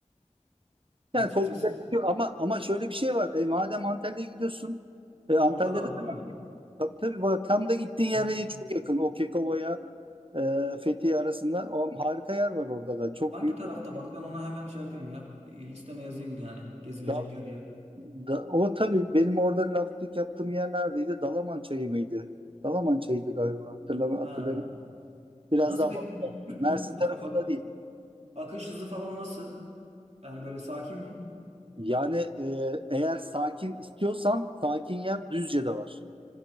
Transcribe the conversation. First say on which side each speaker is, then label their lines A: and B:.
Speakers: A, on the right; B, on the right.
A: Açıkçası
B: Yani korkacak bir şey yok. ama ama şöyle bir şey var. E, madem Antalya'ya gidiyorsun, e, Antalya'da
A: orada da var değil mi?
B: tabii tabii var. Tam da gittiğin yere
A: Ya.
B: çok yakın. O Kekova'ya e, Fethiye arasında o harika yer var orada da. Çok
A: Hangi
B: büyük.
A: tarafta vardı? Ben ona hemen şey yapayım ya. E, Listeme yazayım yani gezilecekler
B: Da,
A: yere.
B: da- o tabii benim orada laftik yaptığım yer neredeydi? Dalaman Çayı mıydı? Dalaman Çayı'ydı galiba. Hatırlamıyorum.
A: Ha.
B: hatırlamıyorum. Biraz
A: Nasıl
B: daha
A: peki
B: batıda.
A: bunun
B: Mersin
A: <clears throat>
B: tarafında
A: ak- ak-
B: değil.
A: akış hızı falan nasıl? Yani böyle sakin mi?
B: Yani e, eğer sakin istiyorsan sakin yer Düzce'de var.